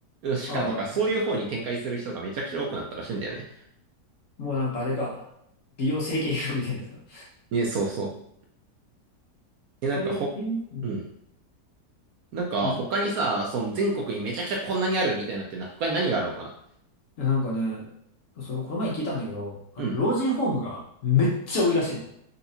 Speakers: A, on the right; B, on the left.
A: 歯科とか、
B: ああ、
A: そういう方に展開する人がめちゃくちゃ多くなったらしいんだよね。
B: もうなんかあれか。美容整形外科みたいなやつか。
A: ね、そうそう。え、なんかほ、
B: そういう、え、うん、
A: うん。なんか、
B: うん
A: 他にさ、その全国にめちゃくちゃこんなにあるみたいなのってな、他に何があるのかな
B: いや、なんかね、その、この前聞いたんだけど、あの老人ホームがめっちゃ多いらしいの。
A: うん。